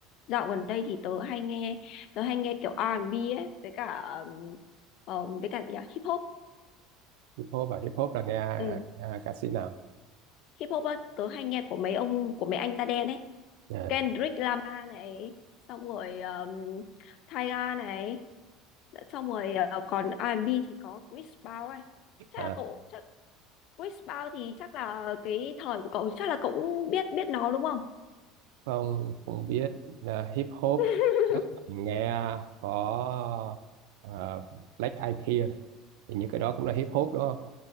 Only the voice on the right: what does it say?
hip hop và hip hop là nghe,
nghe ca sĩ nào
à,
à,
Không, cũng biết là hip hop thì
đó, mình nghe có à, Black Eyed Peas thì những cái đó cũng là hip hop đúng không?